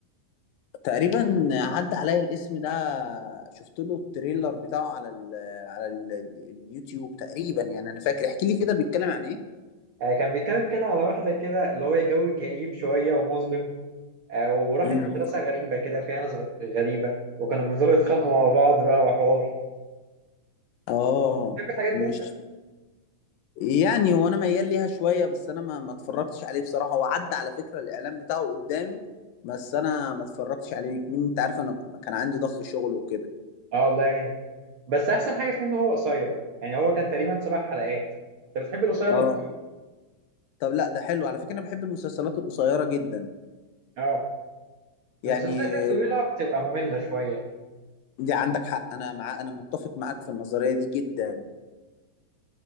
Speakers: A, on the left; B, on the right.
A: تقريبا عدى عليا الاسم ده شفت له التريلر بتاعه على ال على ال اليوتيوب تقريبا يعني انا فاكر احكي لي كده بيتكلم عن ايه
B: آه، كان بيتكلم كده على واحدة كده اللي هو جو كئيب شوية ومظلم آه، وراحت
A: مم.
B: مدرسة غريبة كده فيها ناس غ- غريبة وكانوا بيفضلوا يتخانقوا مع بعض بقى وحوار
A: اه
B: تحب الحاجات
A: مش
B: دي أنت؟
A: يعني هو انا ميال ليها شويه بس انا ما ما اتفرجتش عليه بصراحه هو عدى على فكره الاعلان بتاعه قدامي بس انا ما اتفرجتش عليه مين انت عارف انا كن- كان عندي ضغط شغل وكده
B: أه الله يعينك بس أحسن حاجة فيه إن هو قصير يعني هو كان تقريبا سبع حلقات أنت بتحب القصير
A: اه
B: ولا الطويل؟
A: طب لا ده حلو على فكره انا بحب المسلسلات القصيره جدا
B: أه
A: يعني
B: المسلسلات الطويلة بتبقى مملة شوية
A: دي عندك حق انا مع انا متفق معاك في النظريه دي جدا